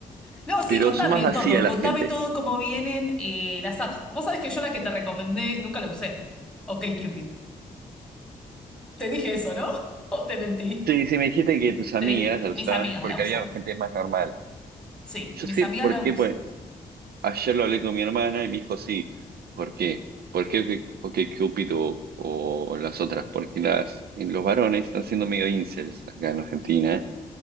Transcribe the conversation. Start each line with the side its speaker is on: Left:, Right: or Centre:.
Centre: No, sí,
Right: Pero
Centre: contame
Right: son más vacías
Centre: todo, contame
Right: la gente.
Centre: todo cómo vienen eh, las apps. Vos sabés que yo la que te recomendé nunca la usé. Ok, Cupid. Te dije eso, ¿no? <laughs> ¿O te mentí?
Right: Sí, sí, me dijiste que tus amigas
Centre: Te dije,
Right: la
Centre: mis
Right: usaban
Centre: amigas
Right: porque
Centre: la usan.
Right: había gente más normal.
Centre: Sí,
Right: Yo
Centre: mis
Right: sé
Centre: amigas
Right: por
Centre: la
Right: qué,
Centre: usan.
Right: pues. Ayer lo hablé con mi hermana y me dijo, sí, ¿por qué? ¿Por qué que- o que Cupido o las otras? Porque las, en los varones están siendo medio incels acá en Argentina.